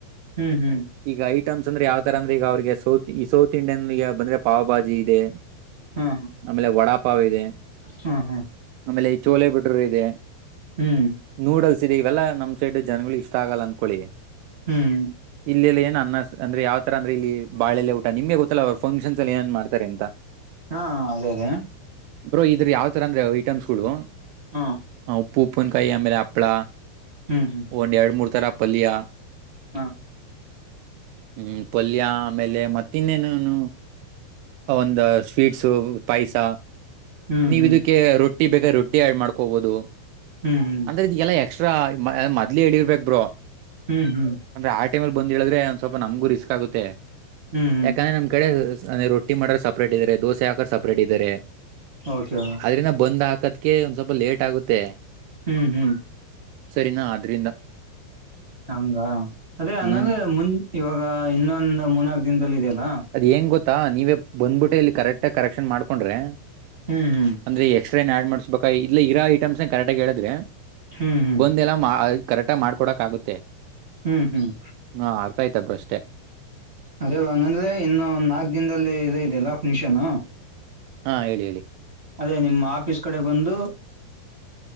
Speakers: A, on the right (about 50°); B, on the right (about 80°).
A: ಹ್ಮ್ ಹ್ಮ್
B: ಈಗ ಐಟಮ್ಸ್ ಅಂದ್ರೆ ಯಾವ ತರ ಅಂದ್ರೆ ಈಗ ಅವ್ರಿಗೆ ಸೌತ್ ಈ ಸೌತ್ ಇಂಡಿಯನ್ ಈಗ ಬಂದ್ರೆ ಪಾವಭಾಜಿ ಇದೆ
A: ಹಾ
B: ಆಮೇಲೆ ವಡಾಪಾವ್ ಇದೆ
A: ಹಾ ಹಾ
B: ಆಮೇಲೆ ಈ ಚೋಳ ಬಿಡರು ಇದೆ
A: ಹ್ಮ್
B: ನೂಡಲ್ಸ್ ಇದೆ ಇವೆಲ್ಲ ನಮ್ ಸೈಡ್ ಜನ್ಗಳು ಇಷ್ಟ ಆಗಲ್ಲ ಅಂದ್ಕೊಳ್ಳಿ
A: ಹ್ಮ್
B: ಇಲ್ಲೆಲ್ಲ ಏನ್ ಅನ್ನ ಅಂದ್ರೆ ಯಾವ ತರ ಅ್ರ ಇಲ್ಲಿ ಬಾಳೆಲ್ಲ ನಿಮ್ಗೆ ಗೊತ್ತಲ್ಲ ಅವರು ಫಂಕ್ಷನ್ಸ್ ಅ ಏನ್ ಮಾಡ್ತಾರೆ ಅಂತ
A: ಹಾ ಅದೇ ಅದೇ
B: ಬ್ರೋ ಇದ್ರ ಯಾವ ತರ ಅಂದ್ರೆ ಐಟಮ್ಸ್ಗಳು
A: ಹಾ
B: ಹ ಉಪ್ಪುಪನ್ ಕೈ ಆಮೇಲೆ ಅಳ
A: ಹ್ಮ್ ಹ್ಮ್
B: ಒಂದ ಎರಡು ಮೂರು ಥರ ಪಲ್ಯ
A: ಹ್ಮ
B: ಹ್ಮ್ ಪಲ್ಯ ಆಮೇಲೆ ಮತ್ತ ಇನ್ನೇನನು ಒಂದು ಸ್ವೀಟ್ಸ ಪೈಸ
A: ಹ್ಮ್
B: ನೀವ
A: ಹ್ಮ್
B: ಇದಕ್ಕೆ ರೊ ರೊಟ್ಟಿ ಬೇಗ ರೊಟ್ಟಿ ಆಡ್ ಮಾಡ್ಕೋಬಹುದು
A: ಹ್ಮ್ ಹ್ಮ್
B: ಅಂದ್ರೆ ಇದಗೆಲ್ಲ ಎಕ್ಸ್ಟ್ರಾ ಮದ್ೇ ಎಳಿರ್ಬೇಕು ಬ್ರರು
A: ಹ್ಮ್ ಹ್ಮ್
B: ಅಂದ್ರೆ ಆಟೆ ಮೇಲ್ ಬಂದ್ ಇ ಹೇಳಿದ್ರೆ ಒ್ ಸ್ವಲ್ಪ ನಮ್ಗೂ ರಿಸ್ಕ್ ಆಗುತ್ತೆ
A: ಹ್ಮ್ ಹ್ಮ್
B: ಯಾಕಂದ್ರೆ ನಮ್ ಕಡೆಂದ ರೊಟ್ಟಿ ರಟ್ಟಿ ಮಾಡರ್ ಸಪ್ರೇಟ್ ಇದ್ದಾರೆ ದೋಸೆ ಹಕ ಸಪರೇಟ್ ಇದಾರೆ
A: ಓಕೆ
B: ಅದರಿಂದ ಬಂದು್ ಹಾಕೋದಕ್ಕೆ ಒಂದು್ ಸ್ವಲ್ಪ ಲೇಟ್ ಆಗುತ್ತೆ
A: ಹ್ಮ್ ಹ್ಮ್
B: ಸರಿನಾ ಆದ್ರಿಂದ
A: ಹಂಗ ಅದೇ ಹಂಗಂದ್ರೆ
B: ಹ್ಮ್
A: ಮುನ್ ಇವಾಗ ಇನ್ನೊಂದು ಮೂನಾಕ್ ದಿನದಲ್ಲಿ ಇದೆಯಲ್ಲಾ
B: ಅದ್ ಹೆಂಗ ಗೊತ್ತಾ ನೀವೇ ಬಂದ್ಬಿಟ್ಟೆ ಇಲ್ಲಿ ಕರೆಕ್ಟ ಕರೆಕ್ಷನ್ ಮಾಡ್ಕೊಂಡ್ರೆ
A: ಹ್ಮ್ ಹ್ಮ್
B: ಅಂದ್ರೆ ಎಕ್ಸ್ಟ್ರಾ ಏ ಆಡ್ ಮಾಡ್ಸ್ಬೇಕ ಇ ಇರೋ ಐಟಮ್ಸ್ ಕರೆಕ್ಟ್ ಆಗ ಹೇಳಿದ್ರೆ
A: ಹ್ಮ್ ಹ್ಮ್
B: ಬಂದ ಎಲ್ಲ ಕರೆಕ್ಟ ಮಾಡ್ಕೊೋಕ್ ಆಗುತ್ತೆ
A: ಹ್ಮ್ ಹ್ಮ್
B: ಹಾ ಅರ್ಥ ಆಯ್ತ ಬರು ಅಷ್ಟೇ
A: ಅದೇಂಗಂದ್ರೆ ಇನ್ನು ಒಂದ್ ನಾಲ್ಕ್ ದಿನದಲ್ಲಿ ಇ ಇದೆಲ್ಲ ಫಂಕ್ಷನ್
B: ಹಾ ಹೇಳಿ ಹೇಳಿ
A: ಅದೇ ನಿಮ್ಮ ಆಫೀಸ್ ಕಡೆ ಬಂದು